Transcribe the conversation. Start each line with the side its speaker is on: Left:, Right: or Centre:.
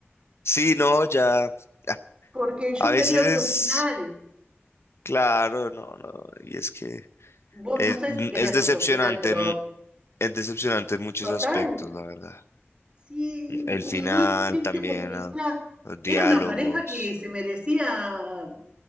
Left: sí, no, ya... ah,
Right: Porque yo
Left: A veces
Right: quería otro
Left: es...
Right: final.
Left: Claro, no, no. Y es que
Right: Vos
Left: es,
Right: no sé si querías
Left: es decepcionante.
Right: otro final, pero
Left: Es decepcionante en muchos
Right: total.
Left: aspectos, la verdad.
Right: Sí,
Left: El
Right: muy
Left: final
Right: triste
Left: también,
Right: porque
Left: ah,
Right: era,
Left: los diálogos.
Right: era una pareja que se merecía